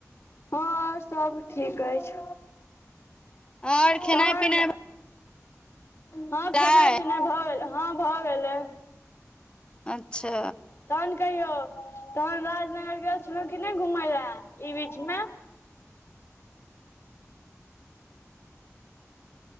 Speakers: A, on the left (about 45°); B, on the left (about 20°).
A: हँ ओर सभ ठीक अछि
B: आओर खेनाइ
A: तहन
B: पिनाइ
A: हँ
B: भेलै
A: खेनाइ पिनाइ भऽ गेलै हँ भऽ गेलै
B: अच्छा
A: तहन कहियौ तहन राजनगर गेल छलहुँ कि नहि घुमय लए ई बीचमे
B: <inaudible>